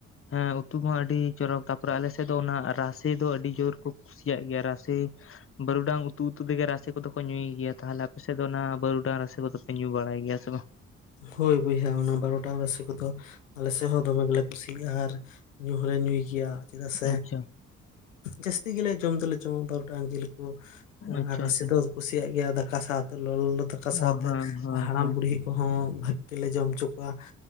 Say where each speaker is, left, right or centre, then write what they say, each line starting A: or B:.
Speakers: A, on the left (about 35°); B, on the left (about 75°).
A: ᱦᱮᱸ ᱩᱛᱩ ᱠᱚ ᱟᱹᱰᱤ ᱪᱚᱨᱚᱠ ᱛᱟᱯᱚᱨᱮ ᱟᱞᱮᱥᱮᱫ ᱫᱚ ᱚᱱᱟ ᱨᱟᱥᱮ ᱫᱚ ᱟᱹᱰᱤ ᱡᱳᱨ ᱠᱚ ᱠᱩᱥᱭᱟᱜ ᱜᱮᱭᱟ ᱨᱟᱥᱮ ᱵᱟᱹᱨᱩᱰᱟᱝ ᱩᱛᱩ ᱩᱛᱩ ᱛᱮᱜᱮ ᱨᱟᱥᱮ ᱠᱚᱫᱚ ᱠᱚ ᱧᱩᱭ ᱜᱮᱭᱟ ᱛᱟᱦᱚᱞᱮ ᱟᱯᱮ ᱥᱮᱫ ᱫᱚ ᱚᱱᱟ ᱵᱟᱹᱨᱩᱰᱟᱝ ᱨᱟᱥᱮ ᱠᱚᱫᱚᱯᱮ ᱧᱩ ᱵᱟᱲᱟᱭ ᱜᱮᱭᱟ ᱥᱮ ᱵᱟᱝ?
B: ᱦᱳᱭ ᱵᱚᱭᱦᱟ ᱚᱱᱟ ᱵᱟᱨᱩᱰᱟᱝ ᱨᱟᱥᱤ ᱠᱚᱫᱚ ᱟᱞᱮ ᱥᱮᱫ ᱦᱚᱸ ᱫᱚᱢᱮᱞᱮ ᱠᱩᱥᱤᱭᱟᱜ-ᱟ ᱟᱨ ᱧᱩ ᱦᱚᱸᱞᱮ ᱧᱩᱭ ᱜᱮᱭᱟ᱾ ᱪᱮᱫᱟᱜ ᱥᱮ
A: ᱟᱪᱪᱷᱟ
B: ᱡᱟᱹᱥᱛᱤ ᱜᱮᱞᱮ ᱡᱚᱢ ᱫᱚᱞᱮ ᱡᱚᱢᱟ ᱵᱟᱨᱩᱰᱟᱝ ᱡᱤᱞ᱾
A: ᱟᱪᱪᱷᱟ
B: ᱟᱨ ᱨᱟᱥᱮ
A: ᱟᱪᱪᱷᱟ
B: ᱫᱚ ᱠᱩᱥᱤᱭᱟᱜ ᱜᱮᱭᱟ ᱫᱟᱠᱟ ᱥᱟᱶᱛᱮ ᱞᱚ ᱞᱚ ᱫᱚ ᱾ ᱚᱠᱟ ᱥᱟᱶᱛᱮ
A: ᱚ ᱦᱮᱸ ᱦᱮᱸ
B: ᱦᱟᱲᱟᱢ
A: ᱦᱮᱸ
B: ᱵᱩᱲᱦᱤ ᱠᱚᱦᱚᱸ ᱵᱷᱟᱹᱜᱤ ᱞᱮ ᱡᱚᱢ ᱦᱚᱪᱚ ᱠᱚᱣᱟ